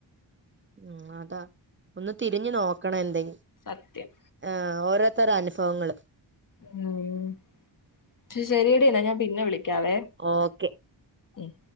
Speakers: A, on the right; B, on the left.
A: ഉം അതാ ഒന്ന് തിരിഞ്ഞു നോക്കണ എന്തെ
B: സത്യം.
A: ആ ഓരോ ഇത്തരം അനുഫവങ്ങൾ
B: ഉം ശരി ടി എന്നാ ഞാൻ പിന്നെ വിളി ക്കാവേ
A: ഓക്കെ
B: ഉം